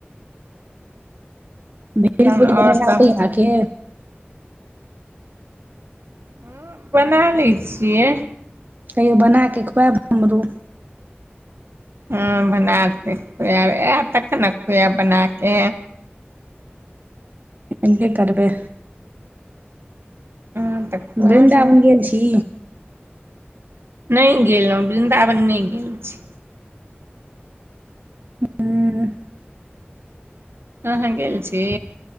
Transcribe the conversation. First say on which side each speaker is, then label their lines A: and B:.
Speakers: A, on the right (about 75°); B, on the right (about 45°).
A: तहन
B: भेल-पूड़ी
A: आओर
B: बनेनैय
A: सब
B: आबैय अहाँके।
A: हँ बना लै छियै।
B: कहियो बना कऽ खुआएब हमरो।
A: हँ, बनाके खुएब, ऐब तखन ने खुएब बनाके।
B: एबे करबै।
A: हँ तऽ। खुआ
B: बृन्दावन
A: देब
B: गेल छी।
A: नहि गेलहुँ, वृन्दावन नहि गेल छी।
B: ह
A: अहाँ गेल छी।